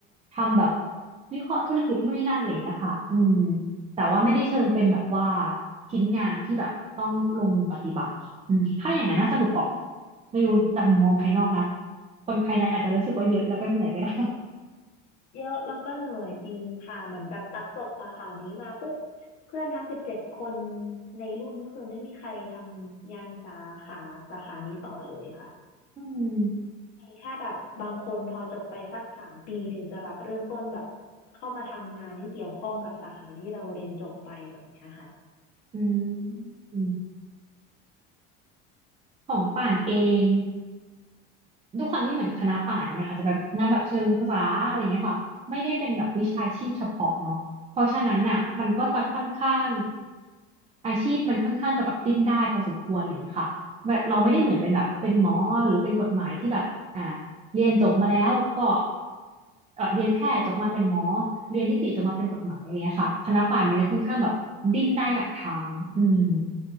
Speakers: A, on the right; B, on the left.
A: ทำแบบวิเคราะห์ธุรกิจนู่นนี่นั่นอะไรเงี้ยค่ะอืมแต่ว่าไม่ได้เชิงเป็นแบบว่าชิ้นงานที่แบบต้องลงมือปฏิบัติอืมถ้าอย่างนั้นน่าสนุกออกไม่รู้จากมุมมองภายนอกนะคนภายในอาจจะรู้สึกว่าเยอะแล้วก็เหนื่อยก็ได้
B: เยอะแล้วก็เหนื่อยจริงค่ะเหมือนแบบตักจบสาขานี้มาปุ๊บเพื่อนทั้งสิบเจ็ดคนในรุ่นก็คือไม่มีใครทำงานสาขาสาขานี้ต่อเลยค่ะ
A: <laughs> อืม
B: แค่แบบบางคนพอจบไปสักสามปีถึงจะแบบเริ่มต้นแบบเข้ามาทำงานที่เกี่ยวข้องกับสาขาที่เราเรียนจบไปแบบเนี้ยค่ะ
A: อืมของป่านเอง ด้วยความที่เหมือนคณะป่านะมันอาจจะแบบคณะแบบเชิงภาษาอะไรเงี้ยค่ะไม่ได้เป็นแบบวิชาชีพเฉพาะเนาะเพราะฉะนั้นน่ะมันก็จะค่อนข้างอาชีพมันค่อนข้างจะแบบดิ้นได้พอสมควรอะไรยเงี้ยค่ะแบบเราไม่ได้เหมือนเป็นแบบเป็นหมอหรือเป็นกฎหมายที่แบบอ่าเรียนจบมาแล้วก็เออเรียนแพทย์จบมาเป็นหมอเรียนนิติจบมาเป็นกฎหมายอะไรเงี้ยค่ะคณะป่านมันเลยค่อนข้างแบบดิ้นได้หลายทางอืม